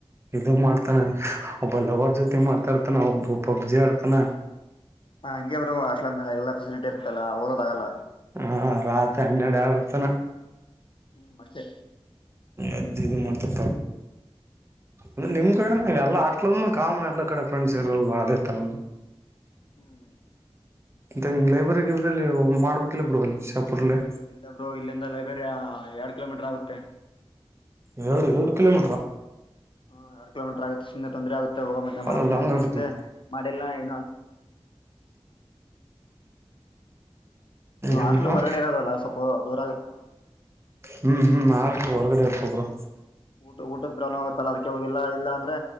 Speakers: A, on the right; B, on the left.
A: ಇದು ಮಾಡ್ತಾನ ಒಬ್ಬಲ್ಲವಾರ್ ಜೊತೆ ಮಾತಾಡ್ತಾನ ಒಬ್ಬ ಪಬ್ಜಿ ಆಡ್ತಾನ
B: ಹ ಹಂಗೆ ಬರೋ ಹ ಆಸ್ಟ್ಲ್ ಮೇಲೆ ಎಲ್ಲ ೆಸಿಲಿಟಿ ಇತಲ್ಲಓದಾಗಲ್ಲ
A: ಹಾ ರಾತ್ರಿ ಹನ್ನೆಡೆ ಆರ್ತನ
B: ಹ್ಮ್ ಮಷ್ಟೆ
A: ಎದ್ದು ಇದು ಮಾಡ್ತಟ್ಟ ಅ ನಿಮ್ ಕಡೆ ಎಲ್ಲ ಹಾಸ್ಟ್ಲ ಕಾಮನ್ ಎಲ್ಲಾ ಕಡೆ ಫ್ರೆಂಡ್ಸ್ ಇರಲ್ವಾ ಅದೇ ತರ
B: ಹ್ಮ್
A: ಮ್ ಲೈಬ್ರಗೆ ಇಬ್ರಲ್ಲಿ ಮಾಡ್ಬೇಕ ಬರುಲ್ಲಿ ಶಾಪುರ್ಲ್ಲಿ
B: ಇಲ್ಲಬ್್ರರು ಇಲ್ಲಿಂದ ಲೈಬ್ರರಿ ಎರಡ್ ಕಿಲೋಮೀಟರ್ ಆಗುತ್ತೆ
A: ಎರಡು ಎರಡು ಕಿಲೋಮೀಟರ
B: ಹ್ಮ ಎರಡ್ ಕಿಲೋಮೀಟರ್ ಆಗುತ್ತೆುನೆ ತೊಂದರೆ ಆಗೆ ಹೋಗ ಮ
A: ಅ
B: ಬ ಮಂದಂಗ
A: ಲಾಂಗ್
B: ಅಂದಕ್ಕೆ
A: ಆಗುತ್ತೆ
B: ಸಿಂದೆ ಮಾಡೆಲ್ಲ ಏ ಇದು ಹಾಟ್ಲು
A: ಏನ್ ಬ್ರೋ
B: ಹೊಗಡೆ ಇರೋದಲ್ಲ ಸ್ವಲ್ಪ ದೂರ ಆಗುತ್ತೆ
A: ಹ್ಮ್ ಹ್ಮ್ ಮಾಡ ಹೊರ್ಗಡೆ ಹಕಬರು
B: ಊಟ ಊಟದ ಪ್ರಾಬ್ಲ್ ಆಗತ್ತಲ್ಲ ಅದಕ್ಕೆ ಹೋಗೆಲ್ಲ ಅಂದ್ರೆ